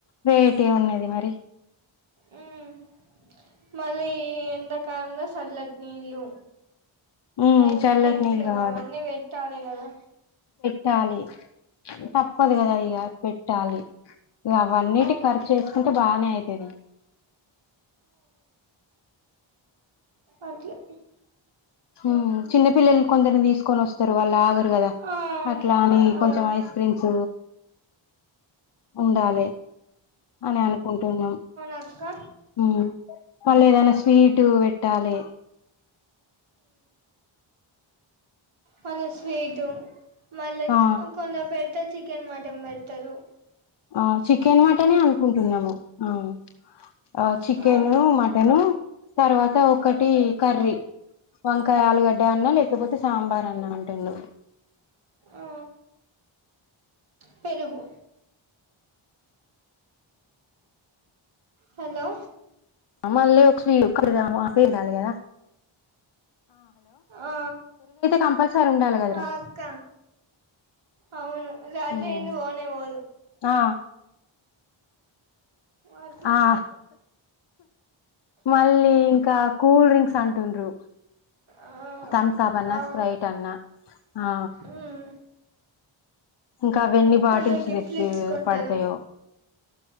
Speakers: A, on the left (about 55°); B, on the right (about 80°).
A: రేట్ ఏం ఉన్నది మరి.
B: ఉమ్. మళ్ళీ ఎండాకాలంలో సల్లటి నీళ్ళు.
A: ఉమ్
B: ఐస్
A: చల్లటి
B: క్రీమ్స్
A: నీళ్ళు కావాలి
B: అవన్నీ పెట్టాలా కదా.
A: టాలి. తప్పదు
B: ఉమ్
A: కదా ఇగ పెట్టాలి. ఇగ అవన్నిటికి
B: అవును
A: ఖర్చు వేసుకుంటే బాగానే అయితది.
B: అట్లే.
A: ఉహూ చిన్న పిల్లల్ని కొందరిని తీసుకొని వస్తరు వాళ్ళు ఆగరు. కదా
B: ఆ
A: అట్లా అని
B: అవును
A: కొంచెం ఐస్ క్రీమ్స్. ఉండాలి అని అనుకుంటున్నాం.
B: అక్క
A: మ్మ్ మళ్ళీ ఏదైనా స్వీటు పెట్టాలె.
B: మల్ల స్వీటు. మళ్ళోచ్చి
A: ఆ
B: ఇంకొందరికి పెడితే. చికెన్ మటన్ పెడతరు.
A: ఆహ్ చికెన్ మటనే అనుకుంటున్నము ఆహ్. ఆ చికెను
B: ఆహా
A: మటను తర్వాత ఒకటి కర్రీ వంకాయ ఆలుగడ్డ అన్నా లేకపోతే సాంబార్ అన్నా అంటుండు
B: ఆ పెరుగు హలో
A: మళ్ళీ ఒక స్వీ క <inaudible> పెల్లాలి గదా
B: ఆ
A: కంపల్సరీ ఉండాలి కదరా
B: ఆ అక్క అవును అది
A: ఉమ్
B: లేనిది ఓనే ఓదు
A: ఆ
B: అట్లా
A: ఆ మళ్ళీ ఇంక కూల్ డ్రింక్స్ అంటుండ్రు
B: ఆ
A: తమ్సాప్ అన్నా
B: అవును
A: స్ప్రైట్ అన్నా ఆ
B: ఉమ్
A: ఇంకా అవెన్ని బాటిల్స్
B: కొందరు గిఫ్ట్లు
A: తెప్పి
B: ఇచ్చుకుంటారు
A: పడతయో